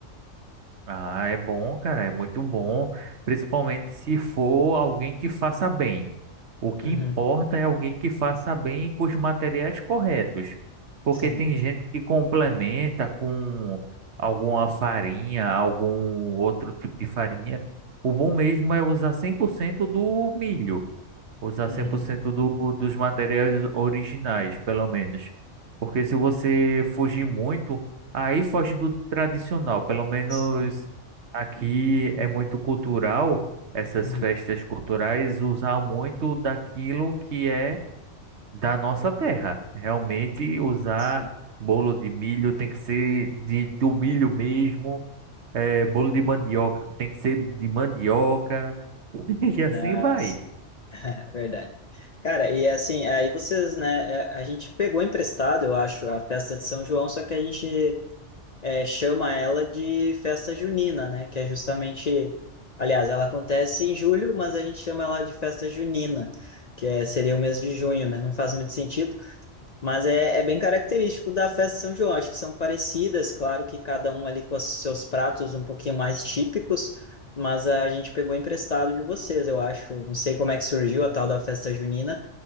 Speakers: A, on the right; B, on the left.
A: Ah, é bom, cara, é muito bom, principalmente se for alguém que faça bem. O que
B: Uhum,
A: importa é alguém que faça bem com os materiais corretos, porque
B: sim.
A: tem gente que complementa com alguma farinha, algum outro tipo de farinha. O bom mesmo é usar 100% do milho. Usar
B: Uhum,
A: cem por cento do, dos materiais originais, pelo menos. Porque se você fugir muito, aí foge do tradicional. Pelo menos
B: sim.
A: aqui é muito cultural, essas
B: Uhum,
A: festas culturais, usar muito daquilo que é da nossa terra. Realmente, usar
B: sim.
A: bolo de milho tem que ser de, do milho mesmo, eh, bolo de mandioca tem que ser de mandioca, <laughs> e assim
B: Ah,
A: vai.
B: sim. É verdade. Cara, e assim, aí vocês, né? é, A gente pegou emprestado, eu acho, a festa de São João, só que a gente é, chama ela de festa junina, né? Que é justamente, aliás, ela acontece em julho, mas a gente chama ela de festa junina, que é, seria o mês de junho, né? Não faz muito sentido, mas é, é bem característico da festa de São João. Acho que são parecidas, claro que cada um ali com os seus pratos um pouquinho mais típicos, mas a gente pegou emprestado de vocês, eu acho. Não sei como é que surgiu a tal da festa junina.